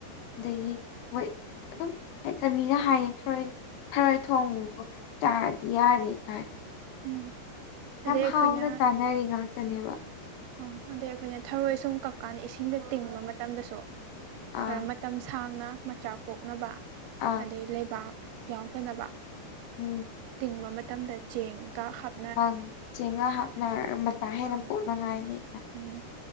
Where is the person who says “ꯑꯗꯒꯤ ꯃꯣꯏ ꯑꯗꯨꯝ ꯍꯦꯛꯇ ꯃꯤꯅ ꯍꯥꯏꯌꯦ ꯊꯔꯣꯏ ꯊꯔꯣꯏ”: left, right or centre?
Left